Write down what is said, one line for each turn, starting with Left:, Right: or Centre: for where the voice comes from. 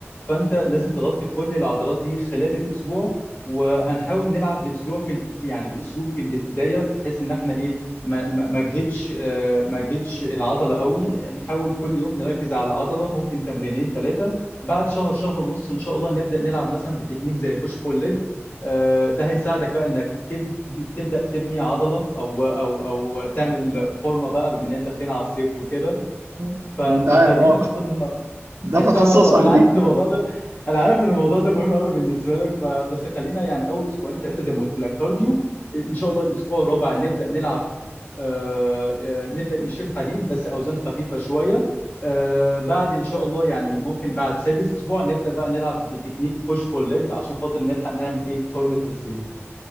Left: فانت لازم تغطي كل العضلات دي خلال الاسبوع وهنحاول نلعب باسلوب في ال- يعني باسلوب في البدايه بحيث ان احنا ايه ما ما ما اجهدش آه، ما اجهدش العضله قوي نحاول كل يوم نركز على العضله ممكن تمرينين ثلاثه بعد شهر شهر ونص ان شاء الله نبدا نلعب مثلا بتكنيك زي بوش بول ليج ده هيساعدك بقى انك تب- تبدا تبني عضله او او او تعمل فورمه بقى بما اننا داخلين على الصيف وكده
Right: م-
Left: ف- فخلينا
Right: انت عارف اه
Left: ناخدها
Right: ده
Left: <laughs>
Right: تخصصك
Left: اه انا
Right: دي
Left: عارف ان الموضوع ده انا عارف ان الموضوع ده مهم قوي بالنسبه لك فبس خلينا يعني اول اسبوعين ثلاثه زي ما قلت لك كارديو ان شاء الله الاسبوع الرابع نبدا نلعب آه آه، نبدا نشيل حديد بس اوزان خفيفه شويه آه بعد ان شاء الله يعني ممكن بعد سادس اسبوع نبدا بقى نلعب بتكنيك بوش بول ليج عشان خاطر نلحق نعمل ايه فورمه الصيف